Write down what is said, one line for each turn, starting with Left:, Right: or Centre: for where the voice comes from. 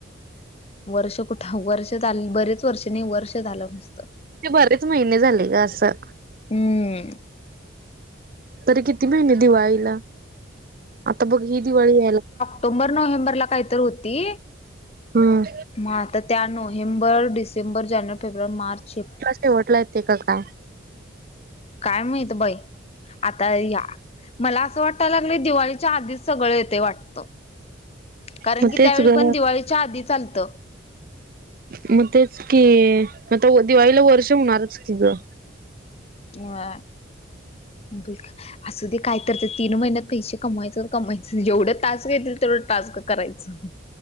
Left: वर्ष कुठ वर्ष झाल बरेच वर्ष नाही वर्ष झालं नुसतं
Right: बरेच महिने झाले ग असं
Left: हम्म
Right: तरी किती महिने दिवाळीला आता बघ ही दिवाळी यायला
Left: ऑक्टोंबर नोव्हेंबरला काही तर होती
Right: हम्
Left: ह तर त्या नोव्हेंबर डिसेंबर जानेवारी फेब्रुवारी मार्च ए
Right: शेवटलाय येते कि काय
Left: काय माहित बाई आता या मला असं वाटायला लागलंय दिवाळीच्या आधीच सगळं येतय वाटतं कारण
Right: मग
Left: की
Right: तेच
Left: त्यावेळी
Right: ग
Left: पण दिवाळीच्या आधी आलत
Right: मग तेच की म आता दिवाळीला वर्ष होणारच की ग
Left: अ ब असू दे काय तर ते तीन महिन्यात पैसे कमायचं कमायचं जेवढं टास येतील तेवढं टास्क करायचं